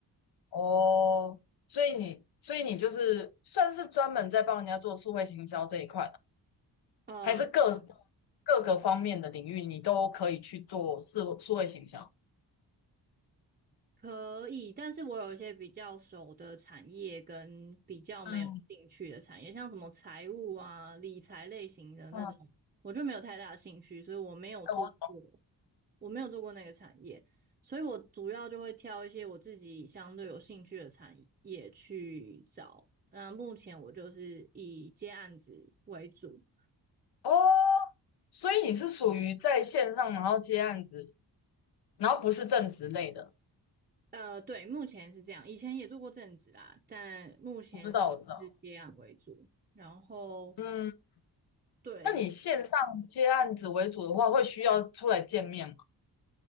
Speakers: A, on the left (about 70°); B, on the right (about 25°).
A: 哦，所以你，所以你就是算是专门在帮人家做数位行销这一块的，
B: 呃，
A: 还是各各个方面的领域你都可以去做数数位行销？
B: 可以，但是我有一些比较熟的产业跟比较没有兴趣的产业，
A: 嗯
B: 像什么财务啊、理财类型的那种，
A: 嗯，
B: 我就没有太大的兴趣，所以我没有做过，
A: 哎我
B: 我没有做过那个产业，所以我主要就会挑一些我自己相对有兴趣的产业去找。那目前我就是以接案子为主，
A: 哦，所以你是属于在线上，然后接案子，然后不是正职类的。
B: 呃，对，目前是这样，以前也做过正职啦，但目前是接案为主，
A: 我知道，我知道。
B: 然后。
A: 嗯，
B: 对，
A: 那你线上接案子为主的话，会需要出来见面吗？